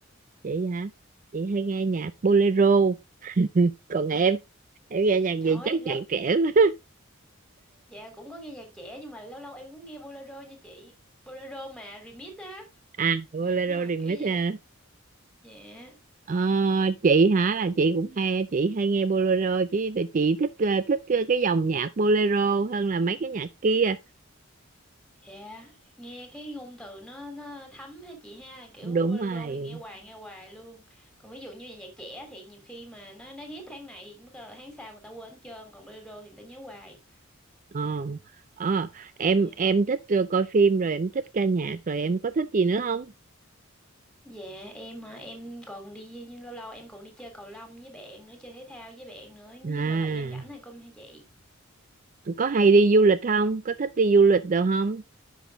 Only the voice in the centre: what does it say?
Trời
ơi,
lâu
dạ cũng có nghe nhạc trẻ nhưng mà lâu lâu em cũng nghe bolero nha chị. Bolero mà remix á.
Nhưng mà
kiểu gì
á? Dạ.
Dạ, nghe cái ngôn từ nó nó thấm ha chị ha, kiểu
bolero
thì nghe hoài nghe hoài luôn. Còn ví dụ như là nhạc trẻ thì nhiều khi mà nó nó hit tháng này, mới là tháng sau người ta quên hết trơn, còn bolero thì người ta nhớ hoài.
Dạ.
Dạ em hả em còn đi nhưng lâu lâu em còn đi chơi cầu lông với bạn nữa chơi thể thao với bạn nữa nói
chung là thời gian rảnh này cũng hay vậy